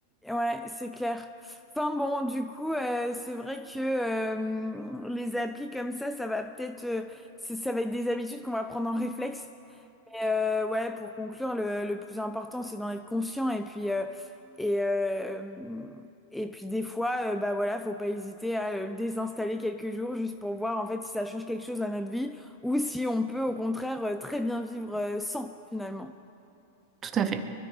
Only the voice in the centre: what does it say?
Ouais, c'est clair. Enfin bon, du coup, euh, c'est vrai que euh, les applis comme ça, ça va peut-être, euh, c'est- ça va être des habitudes qu'on va prendre en réflexe. Mais, euh, ouais, pour conclure, le, le plus important, c'est d'en être conscient et puis euh, et euh, et puis des fois, euh, bah voilà, faut pas hésiter à le désinstaller quelques jours juste pour voir en fait si ça change quelque chose à notre vie ou si on peut au contraire euh, très bien vivre euh, sans finalement.